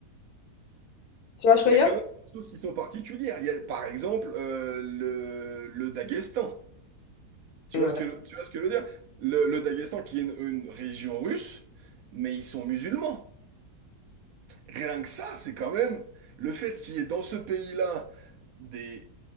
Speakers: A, on the left; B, on the right.
A: Tu vois ce que
B: il
A: je
B: y a
A: veux
B: quand
A: dire?
B: même des choses qui sont particulières. Il y a, par exemple, euh, le, le Daghestan. Tu
A: Ouais.
B: vois ce que, tu vois ce que je veux dire? Le, le Daghestan qui est une, une région russe, mais ils sont musulmans. Rien que ça, c'est quand même le fait qu'il y ait dans ce pays-là des,